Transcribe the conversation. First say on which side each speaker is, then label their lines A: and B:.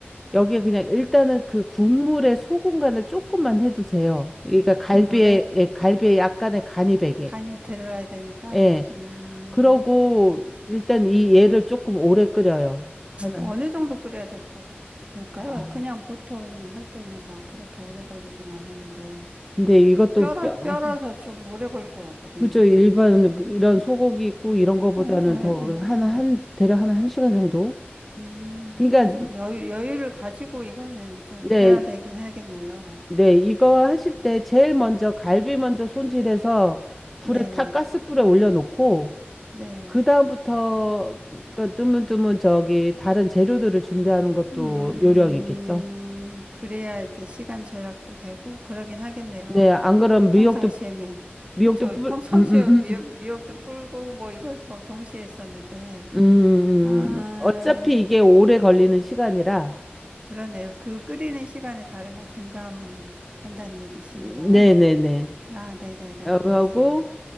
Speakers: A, in the centre; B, on the right (about 30°).
A: 여기에 그냥 일단은 그 국물에 소금 간을 조금만 해두세요. 그러니까 갈비에
B: 국물에
A: 예, 갈비에 약간의 간이 배게.
B: 간이 들어야 되니까,
A: 예.
B: 음.
A: 그러고 일단 이 얘를 조금 오래 끓여요. 하나.
B: 어느 정도 끓여야 될 거, 될까요?
A: 아,
B: 그냥 보통 할 때는 막 그렇게 오래 걸리진 않은데,
A: 근데 이것도
B: 뼈라,
A: 뼈.
B: 뼈라서 좀 오래 걸릴 것 같거든요.
A: 그죠 일반 이런 소고기 있고 이런 거보다는
B: 에, 에,
A: 더
B: 에,
A: 하나 한
B: 에.
A: 대략 하나 한 시간 정도?
B: 음,
A: 그러니까
B: 좀 여유, 여유를 가지고 이거는 좀
A: 네,
B: 해야 되긴 하겠네요
A: 네 이거 하실 때 제일 먼저 갈비 먼저 손질해서 불에
B: 네,
A: 탁 가스불에 올려놓고
B: 네.
A: 그 다음부터 그 뜨문뜨문 저기 다른 재료들을 준비하는 것도
B: 음,
A: 요령이겠죠?
B: 그래야 이제 시간 절약도 되고, 그러긴 하겠네요.
A: 네, 안 그러면
B: 평상시에면.
A: 미역도 미역도
B: 그쵸.
A: 뿔,
B: 평상시에
A: 음, 음,
B: 미역,
A: 음.
B: 미역도 불고, 뭐 이거 막 동시에 했었는데.
A: 음, 음,
B: 아,
A: 음. 어차피 이게 오래 걸리는 시간이라,
B: 그러네요. 그 끓이는 시간에 다른 거 준비하면 된다는 얘기신
A: 네네네.
B: 거잖아요. 아, 네네네,
A: 하고,
B: 알겠어요.